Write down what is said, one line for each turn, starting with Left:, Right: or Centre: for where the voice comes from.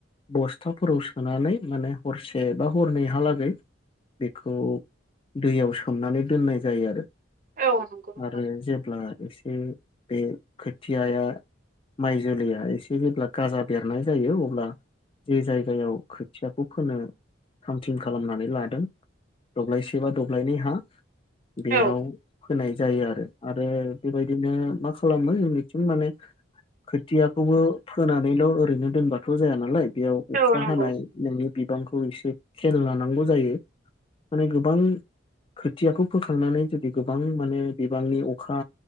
Left: बस्थाफोराव सोनानै माने हरसे बा हरनैहालागै बेखौ दैयाव सोमनानै दोननाय जायो आरो
Right: औ नंगौ नोंथां
Left: आरो जेब्ला एसे बे खोथियाया माइ जोलैया एसे जेब्ला गाजा बेरनाय जायो अब्ला जे जायगायाव खोथियाखौ फोनो थाम थिम खालामनानै लादों दब्लायसे बा दब्लायनै हा बेयाव
Right: औ
Left: होनाय जायो आरो आरो बेबायदिनो मा खालामो जोंनिथिं माने खोथियाखौबो फोनानैल' ओरैनो दोनबाथ' जाया नालाय बेयाव अखा
Right: औ नंगौ
Left: हानाय नोंनि बिबांखौ एसे खेल लानांगौ जायो माने गोबां खोथियाखौ फोखांनानै जुदि गोबां माने बिबांनि अखा